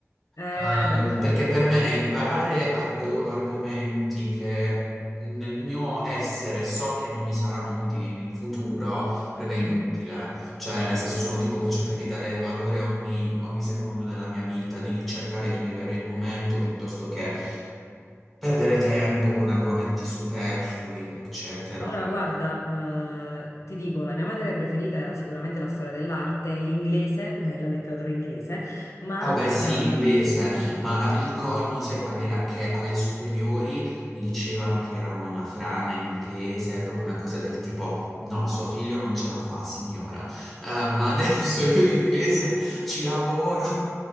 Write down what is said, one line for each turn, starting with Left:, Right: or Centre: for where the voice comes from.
Left: Eh,
Centre: Eh,
Left: beh.
Centre: perché per me imparare arg- argomenti che nel mio essere so che non mi saranno utili in futuro, per me è inutile.
Left: Mhm.
Centre: Cioè, nel senso, sono un tipo che cerca di dare valore ogni, ogni secondo della mia vita, di cercare di vivere il momento piuttosto che perdere tempo con argomenti superflui, eccetera.
Left: Allora, guarda, eh, ti dico, la mia materia preferita era sicuramente la storia dell'arte, l'inglese, eh, la letteratura inglese, ma
Centre: Oh beh sì,
Left: eh,
Centre: l'inglese, ma la- il colmo sai qual era? Che alle superiori mi dicevano che era una frana in inglese, proprio una cosa del tipo no, suo figlio non ce la fa, signora, Eh, ma <laughs> adesso io l'inglese ci lavoro.